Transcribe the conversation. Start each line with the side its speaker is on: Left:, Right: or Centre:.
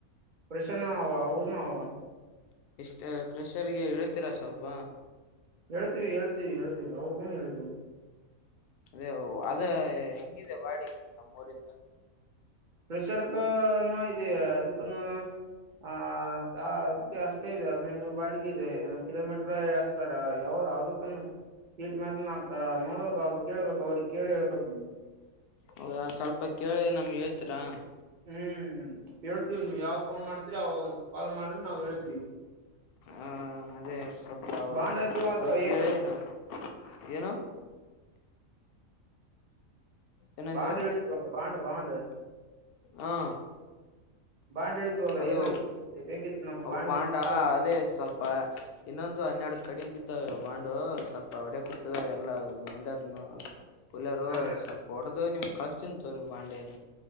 Right: ಪ್ರಷ್ ನ ಹ ವು ನ ಹವ
Left: ಎಷ್ಟ ಕ್ರಷರ್ಗೆ ಇಳ್ತೀರಾ ಸ್ವಲ್ಪ
Right: ಹೇಳ್ತೀವಿ ಹೇಳ್ತೀವಿ ಹೇಳ್ತಿೀವಿ ಅಗೂ ಹೇಳ್ತಿೀವಿ
Left: ಅದೇ ಅದ ಹೆಂಗಿದೆ ಬಾಡಿ ನಮ್ಮೂರಿಂದ
Right: ಪ್ರೆಷರ್ಕ ಇದೆಯ ಅದಕ್ಕನು ಆ ಅದ್ ಅಷ್ಟೇ ಇದೆ ಹದ್ನೈನೂರು ಬಾಡಿಗೆ ಇದೆ ಏ ಕಿಲೋಮೀಟರ್ ಎಸ್ತಾರ ಯಾವ ಅದಕ್ಕ ಸೀಟ್ ಮೇಾಲ ಹಾಕ್ತಾರ ನೋಡ್ಬೇಕ ಅವ ಕೇಳ್ಬೇಕ ಅವ್ರ ಕಿ ಹೇಳ್ಬೇಕುಗೆ
Left: ಹೌದಾ ಸ್ವಲ್ಪ ಕೇಳಿ ನಮ್ಗೆ ಹೇಳ್ತೀರಾ
Right: ಹ್ಮ್ ಹೇಳ್ತೀವಿ ನೀವ್ ಯಾವ ಫೋನ್ ಮಾಡ್ತೀರಿ ಅವಾಗ ಕಾಲ್ ಮಾಡ್ರ ನಾವ್ ಹೇಳ್ತಿೀವಿ
Left: ಆ ಅದೇ ಸ್ವಲ್ಪ ಅವರು
Right: ಬಾಂಡ ಇದ್ದೀವ
Left: ಅವ್ರಿಗೆ
Right: ಅ ಏನ
Left: ಕೇಳಿ ನಾ ಏನು ಏನಂತೀರಾ
Right: ಬಾಂಡ ಬಾಂಡ ಬಾಂಡ
Left: ಹಾ
Right: ಬಾಂಡ್ ಹಿಡಿದ್ವಲ್ಲ
Left: ಅದು
Right: ಏನಾಯ್ತು ಬೇಕಿತ್ತು ನಮ್ಗ್
Left: ಅ
Right: ಬಾಂಡ್
Left: ಬಾಂಡಾ
Right: ಬೇಕಿತ್ತು
Left: ಅದೇ ಸ್ವಲ್ಪ ಇನ್ನೊಂದು ಹನ್ನೆರಡು ಕಡಿಮೆಿದ್ದು ಾವ ಬಾಂಡು ಸ್ವಲ್ಪ ಹೊಡೆ ಕೂತದಾರ ಎಲ್ಲಾ ಗಂಡರ್ ಹುಲರು
Right: ಹಾ
Left: ಸ್ವಲ್ಪ ಹೊಓಡದು ನಿಮ ಕಳಿಸ್ತೀನ ತೋರಿ ಬಾಂಡ ನು